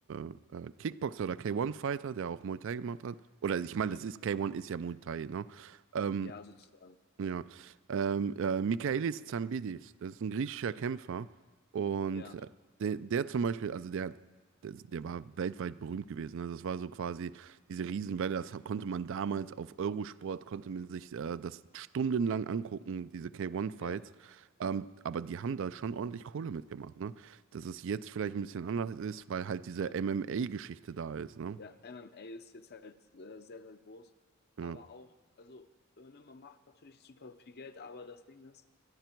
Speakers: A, on the right (about 60°); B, on the left (about 50°).
A: äh, Kickboxer oder K1-Fighter, der auch Muay Thai gemacht hat. Oder ich meine,
B: ja,
A: das ist K1 ist ja Muay Thai, ne? Ähm,
B: ja, sozusagen.
A: Ja, ähm, äh, Michaelis Zambidis, das ist ein griechischer Kämpfer und
B: Ja,
A: äh, der, der zum Beispiel, also der, der, der war weltweit berühmt gewesen. Ne? Das war so quasi diese Riesenwelle, das konnte man damals auf Eurosport, konnte man sich äh, das stundenlang angucken, diese K1-Fights.
B: ja,
A: Ähm, aber die haben da schon ordentlich Kohle mitgemacht. Ne? Dass es jetzt vielleicht ein bisschen anders ist, weil halt diese
B: ja,
A: MMA-Geschichte da ist. Ne?
B: ja. MMA ist jetzt halt äh, sehr, sehr groß.
A: Ja,
B: Aber auch, also, äh, ne, man macht natürlich super viel Geld, aber das Ding ist,